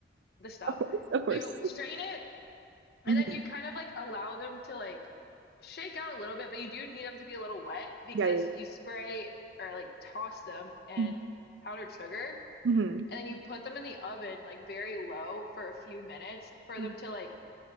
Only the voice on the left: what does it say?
the stuff.
You strain it and
then you kind of like allow them to like shake out a little bit, but you do need them to be a little wet because
you spray or like toss them in
powdered sugar
and then you put them in the oven like very low for a few minutes for
them to like